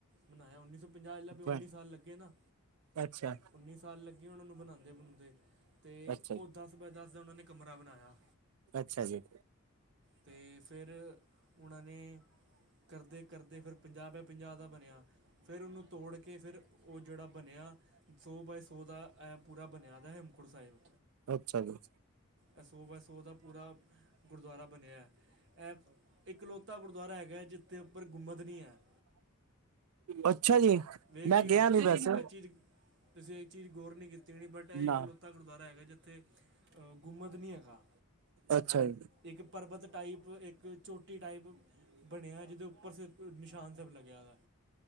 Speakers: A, on the right; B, on the right.
A: ਬਣਾਯਾ ਉੱਨੀੌ ਸੋ ਪੰਜਾਹ ਲਭੇ। ਉੱਨੀ
B: ਹੈਂ
A: ਸਾਲ ਲੱਗੇ ਨਾ
B: ਅੱਛਾ
A: ਉੱਨੀ ਸਾਲ ਲੱਗੇ, ਓਹਨਾਂ ਨੂੰ ਬਣਾੰਦੇ- ਬਣੂੰਦੇ। ਤੇ
B: ਅੱਛਾ
A: ਓਹ
B: ਜੀ
A: ਦਸ ਬਾਏ ਦਸ ਦਾ ਓਹਨਾਂ ਨੇ ਕਮਰਾ ਬਣਾਯਾ।
B: ਅੱਛਾ ਜੀ।
A: ਤੇ ਫੇਰ ਓਹਨਾਂ ਨੇ ਕਰਦੇ ਕਰਦੇ ਫਿਰ ਪੰਜਾਹ ਬਾਏ ਪੰਜਾਹ ਦਾ ਬਣਿਆ। ਫਿਰ ਔਨੂੰ ਤੋੜ ਕੇ ਫਿਰ ਓਹ ਜੇੜਾ ਬਣਿਆ ਸੌ ਬਾਏ ਸੌ ਦਾ ਐ ਪੂਰਾ ਬਣਿਆ ਦਾ ਏ ਹੇਮਕੁੰਟ ਸਾਹਿਬ।
B: ਅੱਛਾ ਜੀ।
A: ਐਸੋ ਬਾਏ ਸੋ ਦਾ ਪੂਰਾ ਗੁਰਦੁਆਰਾ ਬਣਿਐ। ਐਹ ਇੱਕ ਲੋਕ ਤਾ ਗੁਰਦੁਆਰਾ ਹੈਗੈ। ਜਿੱਥੇ ਗੁੰਮਤ ਨੀ ਹੈ।
B: ਅੱਛਾ ਜੀ।
A: ਵੇਖਿਆ
B: ਮੈਂ
A: ਹੀ ਹੋਣਾ
B: ਗਿਆ ਨੀ
A: ਤੁਸੀਂ
B: ਵੈਸੇ,
A: ਐਹ ਚੀ ਜ ਤੁਸੀਂ ਏਹ ਚੀਜ਼ ਗੌਰ ਨ੍ਹੀਂ ਕੀਤੀ ਹੋਣੀ। ਬਟ ਐਹ
B: ਨਾ
A: ਇੱਕਲੋ ਤਾ ਗੁਰਦੁਆਰਾ ਹੈਗੈ, ਜਿੱਥੇ ਗੁੰਮੱਦ ਨ੍ਹੀਂ ਹੈਗਾ।
B: ਅੱਛਾ ਜੀ।
A: ਇੱਕ ਪਰਬਤ ਟਾਈਪ ਇੱਕ ਚੋਟੀ ਟਾਈਪ ਬਣਿਆ ਜਿਹਦੇ ਉੱਪਰ ਸਿਰਫ ਨਿਸ਼ਾਨ ਸੈਬ ਲੱਗਿਆ ਦੈ।